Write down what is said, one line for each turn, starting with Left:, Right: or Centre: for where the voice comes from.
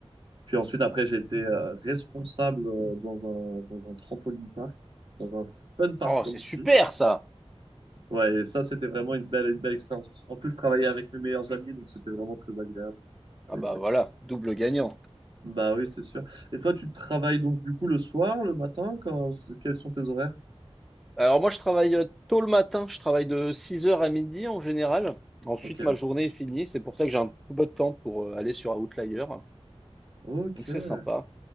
Right: Puis ensuite, après, j'ai été euh, responsable euh, dans un, dans un trampoline park, dans un fun park,
Centre: Oh,
Right: comme
Centre: c'est super
Right: on dit.
Centre: ça!
Right: Ouais, et ça, c'était vraiment une belle, une belle expérience. En plus, je travaillais avec mes meilleurs amis, donc c'était vraiment très agréable
Centre: Ah
Right: à l'époque.
Centre: bah voilà, double gagnant.
Right: Bah oui, c'est sûr. Et toi, tu travailles donc, du coup, le soir, le matin, quand, quels sont tes horaires?
Centre: Alors moi, je travaille euh, tôt le matin, je travaille de six heures à midi en général. Ensuite,
Right: Ok,
Centre: ma journée est finie, c'est pour ça que j'ai un peu de temps pour euh, aller sur Outlier.
Right: ok.
Centre: Donc c'est sympa.